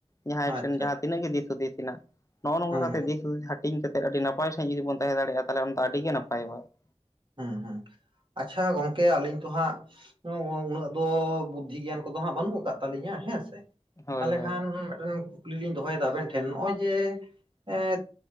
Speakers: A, on the left; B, on the right.
A: ᱡᱟᱦᱟᱸᱭ
B: ᱦᱩᱸ ᱟᱪᱪᱷᱟ
A: ᱴᱷᱮᱱ ᱡᱟᱦᱟᱸ ᱛᱤᱱᱟᱹᱜ ᱜᱮ ᱫᱤᱥ ᱦᱩᱫᱤᱥ ᱦᱮᱱᱟᱜ ᱱᱚᱜ-ᱚᱭ ᱱᱚᱝᱠᱟ
B: ᱦᱩᱸ
A: ᱠᱟᱛᱮ
B: ᱦᱩᱸ
A: ᱫᱤᱥ ᱦᱩᱫᱤᱥ ᱦᱟᱹᱴᱤᱧ ᱠᱟᱛᱮ ᱟᱹᱰᱤ ᱱᱟᱯᱟᱭ᱾ ᱡᱩᱫᱤ ᱵᱚᱱ ᱛᱟᱦᱮᱸ ᱫᱟᱲᱮᱭᱟᱜ-ᱟ, ᱛᱟᱦᱚᱞᱮ ᱚᱱᱟ ᱟᱹᱰᱤ ᱜᱮ ᱱᱟᱯᱟᱭᱚᱜ-ᱟ ᱾
B: ᱦᱩᱸ ᱦᱩᱸ, ᱟᱪᱷᱟ ᱜᱚᱝᱠᱮ, ᱟᱹᱞᱤᱧ ᱛᱚ ᱦᱟᱸᱜ ᱩᱱᱟᱹᱜ ᱫᱚ ᱵᱩᱫᱽᱫᱷᱤ ᱜᱮᱭᱟᱱ ᱠᱚᱫᱚ ᱦᱟᱸᱜ ᱵᱟᱹᱱᱩᱜ ᱟᱠᱟᱫ ᱛᱟᱹᱟᱞᱤᱧᱟ ᱦᱮᱸ ᱥᱮ᱾
A: ᱦᱳᱭ
B: ᱛᱟᱦᱚᱞᱮ
A: ᱦᱳᱭ
B: ᱠᱷᱟᱱ ᱢᱤᱫᱴᱮᱱ ᱠᱩᱠᱞᱤ ᱞᱤᱧ ᱫᱚᱦᱚᱭᱮᱫᱟ ᱟᱵᱮᱱ ᱴᱷᱮᱱ, ᱱᱚᱜ-ᱚᱭ ᱡᱮ ᱮ